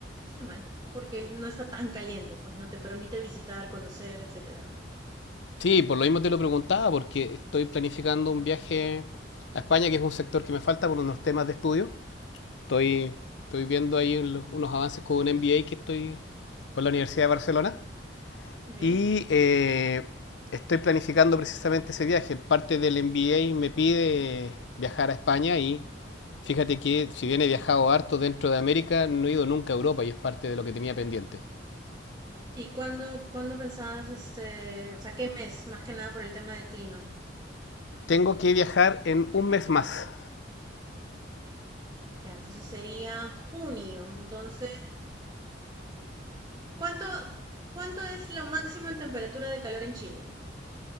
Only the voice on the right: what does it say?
Qué mal, porque no está tan caliente, pues no te permite visitar, conocer, etcétera, ¿no?
Okay.
¿Y cuándo, cuándo pensabas, este, o sea, qué mes, más que nada por el tema del clima?
Ya, entonces sería junio. Entonces, ¿cuánto, cuánto es lo máximo en temperatura de calor en Chile?